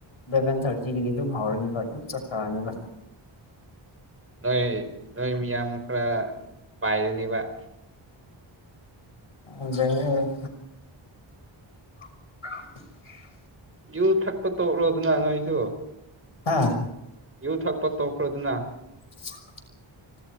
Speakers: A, on the left; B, on the right.
A: ꯏꯂꯚꯦꯟ ꯊꯥꯔꯇꯤꯗꯒꯤ ꯑꯗꯨꯝ ꯍꯧꯔꯅꯤꯕ ꯑꯗꯨꯝ ꯆꯠꯊꯔꯅꯤꯕ
B: ꯅꯣꯏ ꯅꯣꯏ ꯃꯤꯌꯥꯝ ꯈꯔ ꯄꯥꯏꯔꯅꯤꯕ
A: ꯑꯗ ꯎ <inaudible>
B: ꯌꯨ ꯊꯛꯄ ꯇꯣꯛꯂꯣꯗꯅ ꯅꯣꯏꯁꯨ
A: ꯑꯥ
B: ꯌꯨ ꯊꯛꯄ ꯇꯣꯛꯈ꯭ꯔꯗꯨꯅ
A: <inaudible>